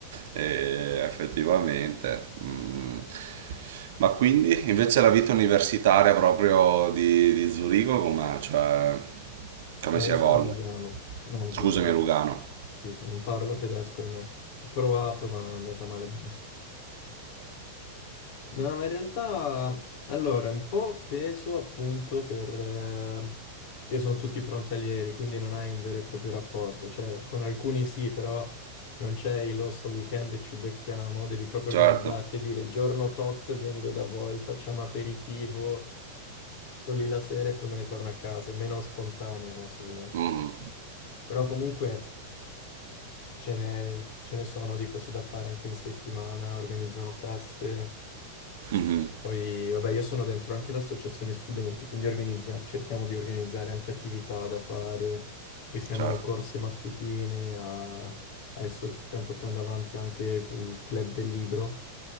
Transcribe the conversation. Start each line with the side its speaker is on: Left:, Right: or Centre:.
Right: E effettivamente. mm. Ma quindi invece la vita universitaria proprio di, di Zurigo com'è? Cioè, come
Left: No,
Right: si
Left: io
Right: evolve?
Left: sono a Lugano, non
Right: Scusami,
Left: Zurigo.
Right: Lugano.
Left: Sì, sì, non parlo tedesco, ahimè. Ho provato, ma è andata male male. No, ma in realtà, allora, un po' peso appunto per... eh, che sono tutti frontalieri, quindi non hai un vero e proprio rapporto. Cioè, con alcuni sì, però non c'è il "Oh, sto weekend e ci becchiamo, devi proprio
Right: Certo.
Left: organizzarti e dire giorno tot vengo da voi, facciamo aperitivo, sto lì la sera e poi me ne torno a casa. È meno spontaneo, no, se vuoi.
Right: Mm,
Left: Però comunque... Ce ne, ce ne sono di cose da fare anche in settimana, organizzano feste.
Right: mhm,
Left: Poi, vabbè, io sono dentro anche l'associazione studenti, quindi organizziamo- cerchiamo di organizzare anche attività da fare, che siano
Right: certo.
Left: corse mattutine, a- adesso stiamo portando avanti anche con il club del libro,